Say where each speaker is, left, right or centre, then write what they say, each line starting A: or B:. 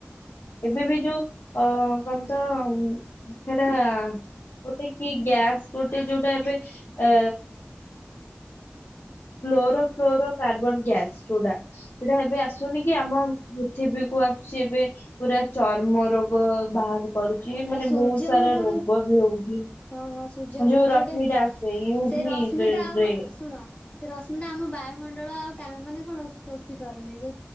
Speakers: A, on the left (about 85°); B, on the left (about 35°).
A: ଏତେବି ଯୋଉ ଅ କଣତ ସେଟା ଗୋଟେ କି ଗ୍ୟାସ ଗୋଟେ ଯୋଉଟା ଏବେ ଏ କ୍ଲେରୋ ଫ୍ଲୋରୋ କାର୍ବନ ଗ୍ୟାସ୍ ଯୋଉଟା ସେଟା ଏବେ ଆସୁନି କି ଆମ ପୃଥିବୀକୁ ଆସୁଛି ଏବେ ପୁରା ଚର୍ମ ରୋଗ ବାହାର କରୁଚି
B: ହଁ
A: ମାନେ
B: ସୂର୍ଯ୍ୟଙ୍କ
A: ବହୁତ ସାରା
B: ଠାରୁ
A: ରୋଗବି ହଉଛି
B: ହଁ ହଁ ସୂର୍ଯ୍ୟଙ୍କ
A: ଯୋଉ
B: ଠାରୁ
A: ରଶ୍ମିଟା
B: ଗୋଟେ
A: ସେଇଉଭି
B: ସେ ରଶ୍ମିଟା
A: ଡ୍ରେ
B: ଆଉ
A: ଡ୍ରେ
B: ଶୁଣ ସେ ରଶ୍ମିଟା ଆମ ବାୟୁମଣ୍ଡଳ ଆଉ ଟାଣ ମାନେ କଣ ଶୋଷିପାରୁନି ଯଉ